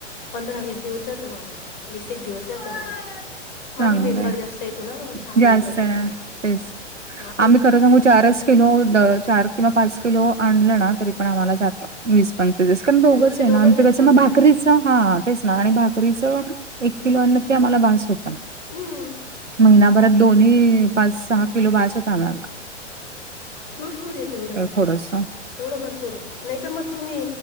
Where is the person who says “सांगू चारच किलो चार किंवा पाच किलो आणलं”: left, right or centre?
Right